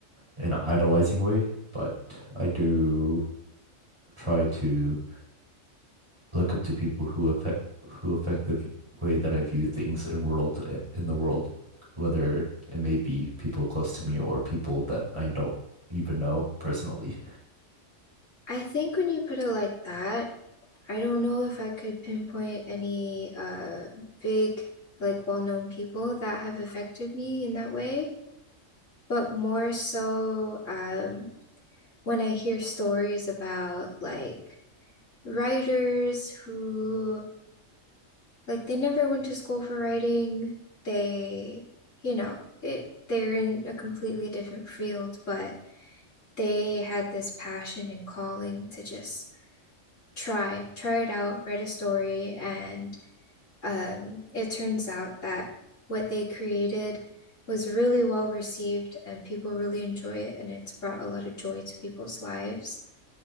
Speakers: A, on the right; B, on the left.
A: in an idolizing way, but I do try to look up to people who affect who affect the v- way that I view things in world in the world, whether it may be people close to me or people that I don't even know personally.
B: I think when you put it like that, I don't know if I could pinpoint any uh big like well-known people that have affected me in that way, but more so um when I hear stories about like writers who like they never went to school for writing. They, you know, it, they're in a completely different field, but they had this passion and calling to just try, try it out, write a story and um, it turns out that what they created was really well received and people really enjoy it and it's brought a lot of joy to people's lives.